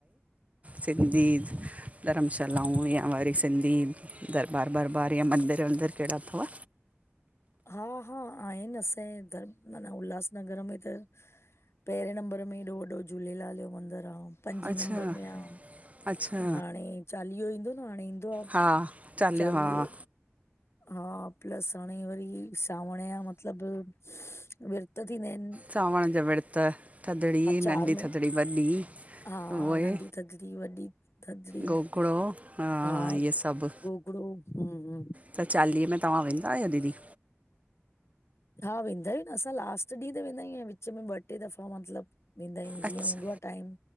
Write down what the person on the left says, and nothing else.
हा हा, आहिन असां ए त, माना उल्हासनगर में त पहिरें नंबर में हेॾो वॾो झूलेलाल जो मंदिर आ। पंजे
नंबर में आ।
हाणे चालीहो ईंदो न, हाणे ईंदो अब
चालीहे।
हा प्लस हाणे वरी सावण जा मतिलबु विर्त थींदा आहिन।
चार महीन
हा
नंढी थदड़ी, वॾी थदड़ी,
हा
गोगड़ो। हम्म हम्म।
हा वेंदा आयूं न असां लास्ट ॾींहं ते वेंदा आयूं ऐं विच में ॿ टे दफ़ा मतलब वेंदा आयूं
जीअं हूंदो आ टाइम।